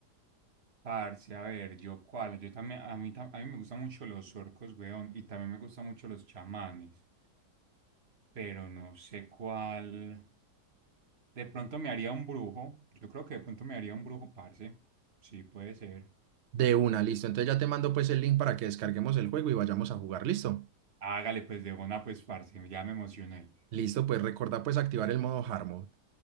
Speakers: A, on the right; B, on the right.
A: Parce, a ver, yo cuál, yo también, a mí, tam- a mí me gustan mucho los orcos, weón, y también me gustan mucho los chamanes, pero no sé cuál. De pronto me haría un brujo, yo creo que de pronto me haría un brujo, parce. Sí, puede ser.
B: De una, listo. Entonces ya te mando pues el link para que descarguemos el juego y vayamos a jugar, listo.
A: Hágale, pues, de una, pues, parce, ya me emocioné.
B: Listo, pues recuerda pues activar el modo hard mode.